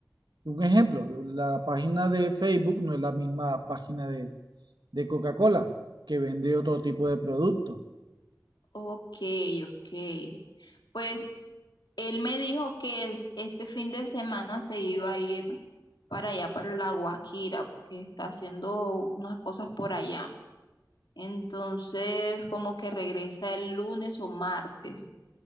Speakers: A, on the right (about 80°); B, on the left (about 85°).
A: Un ejemplo, la página de Facebook no es la misma página de de Coca-Cola, que vende otro tipo de producto.
B: Ok, ok. Pues él me dijo que es- este fin de semana se iba a ir para allá, para La Guajira, porque está haciendo unas cosas por allá. Entonces, como que regresa el lunes o martes.